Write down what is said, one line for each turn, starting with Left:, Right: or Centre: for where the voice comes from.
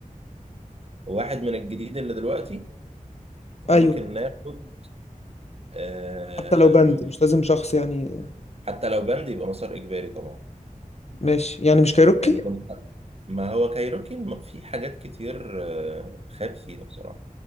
Right: واحد من الجديد اللي دلوقتي
Left: ايوه
Right: ممكن ناخد آه
Left: حتى لو بند
Right: مين
Left: مش لازم شخص يعني
Right: حتى لو بند يبقى مسار اجباري طبعا
Left: ماشي يعني مش كايروكي
Right: يعني كنت ما هو كايروكي الم- في حاجات كتير آه، خاب فيها بصراحة